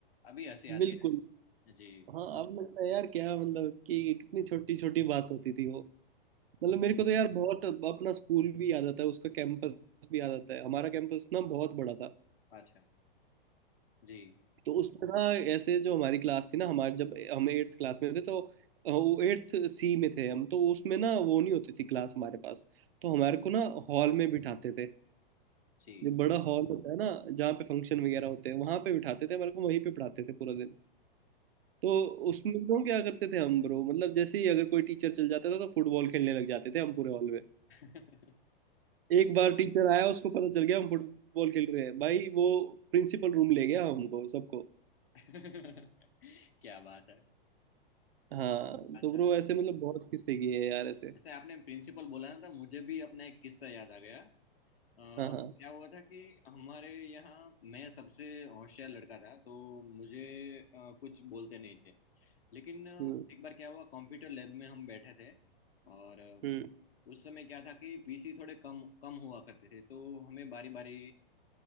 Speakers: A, on the left; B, on the right.
A: अभी हंसी
B: बिल्कुल
A: आती है जी
B: हाँ अब लगता है यार क्या मतलब कि कितनी छोटी छोटी बात होती थी वो मतलब मेरे को तो यार बहुत अपना स्कूल भी याद आता है उसका कैंपस भी याद आता है हमारा कैंपस ना बहुत बड़ा था
A: अच्छा जी
B: तो उसमें ना ऐसे जो हमारी क्लास थी ना हमारे जब हम एट्थ क्लास में थे तो अ, वो एट्थ सी में थे हम तो उसमें ना वो नहीं होती थी क्लास हमारे पास तो हमारे को ना हॉल में बिठाते थे
A: जी
B: जो बड़ा हॉल होता है ना जहाँ पे फंक्शन वगैरह होते हैं वहां पे बिठाते थे मेरे को वहीं पे पढ़ाते थे पूरा दिन तो उसमें तो क्या करते थे हम ब्रो मतलब जैसे ही अगर कोई टीचर चल जाता था तो फुटबॉल खेलने लग जाते थे हम पूरे हॉल में
A: अच्छा <laughs>
B: एक बार टीचर आया उसको पता चल गया हम फुटबॉल खेल रहे हैं भाई वो प्रिंसिपल रूम ले गया हमको सबको
A: <laughs> क्या बात है
B: हाँ
A: अच्छा
B: तो ब्रो ऐसे मतलब बहुत किस्से किए हैं यार ऐसे
A: ऐसे आपने प्रिंसिपल बोला ना था मुझे भी अपना एक किस्सा याद आ गया अ,
B: हाँ हाँ
A: क्या हुआ था कि हमारे यहाँ मैं सबसे होशियार लड़का था तो मुझे अ, कुछ बोलते नहीं थे लेकिन अ,
B: हम्म
A: एक बार क्या हुआ कंप्यूटर लैब में हम बैठे थे और अ,
B: हम्म
A: उस समय क्या था कि पीसी थोड़े कम कम हुआ करते थे तो हमें बारी बारी